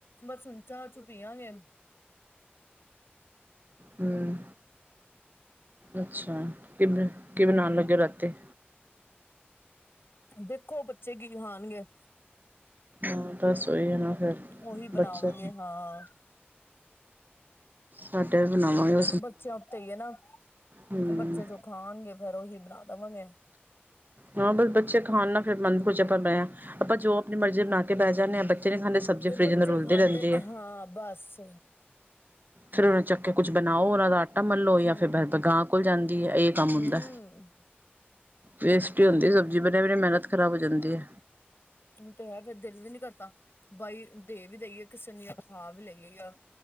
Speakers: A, on the left; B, on the right.
A: ਬਸ ਹੁਣ ਚਾਹ ਚੁ ਪੀਆ ਗੇ।
B: ਹਮ‌ ਅੱਛਾ ਕੀ ਬਣਾਣ ਲੱਗਿਆ ਰਾਤੇ।
A: ਦੇਖੋ ਬੱਚੇ ਕੀ ਖਾਣਗੇ।
B: ਹੁਣ ਤਾਂ ਸਹੀ ਆ ਨਾ ਫਿਰ।
A: ਉਹੀ ਬਣਾਵਾਂਗੇ
B: ਬੱਚੇ
A: ਹਾਂ।
B: ਸਾਡੇ ਵੀ ਬਣਾਵਾਂਗੇ ਓ।
A: ਬੱਚਿਆਂ ਉੱਤੇ ਏ ਨਾ
B: ਹਮ
A: ਬੱਚੇ ਜੋ ਖਾਣਗੇ। ਫਿਰ ਉਹੀ ਬਣਾਦੇਵਾਂਗੇ ਫਿਰ।
B: ਹਾਂ ਬਸ ਬੱਚੇ ਖਾਣ ਨਾ ਫਿਰ ਮਨ ਖ਼ਰਾਬ ਹੋ ਜਾਂਦਾ ਆਪਾਂ ਬਣਾ ਲਈ ਜੋ ਆਪਣੀ ਮਰਜ਼ੀ ਬਣਾ ਕੇ ਬਹਿ ਜਾਂਦੇ ਹਾਂ। ਬੱਚੇ ਖਾਂਦੇ ਸਬਜ਼ੀ ਫਰਿਜ
A: ਬੱਚੇ
B: ਨੂੰ ਰੁਲਦੀ
A: ਖਾਂਦੇ
B: ਰਹਿੰਦੀ ਏ।
A: ਹਾਂ ਬਸ।
B: ਫਿਰ ਉਹਨੂੰ ਚੁੱਕ ਕੇ ਕੁੱਛ ਬਣਾਉ ਉਹਨਾਂ ਦਾ। ਆਮਲੂ
A: ਹੂੰ
B: ਕੋਲ ਜਾਂਦੀ ਏ ਇਹ ਕੰਮ
A: ਹੂੰ
B: ਹੁੰਦਾ। ਵੇਸਟ ਹੁੰਦੀ ਸਬਜ਼ੀ ਬਣ ਵੀ ਮਿਹਨਤ ਖਰਾਬ ਹੋ ਜਾਂਦੀ ਏ।
A: ਉਹ ਤਾਂ ਏ ਫਿਰ ਦਿਲ ਵੀ ਨਹੀਂ ਕਰਦਾ। ਬਾਈ ਦੇ ਵੀ ਦਈਏ ਕਿਸੇ ਨੂੰ ਖਾ ਵੀ ਜਾਂ ਲਈਏ।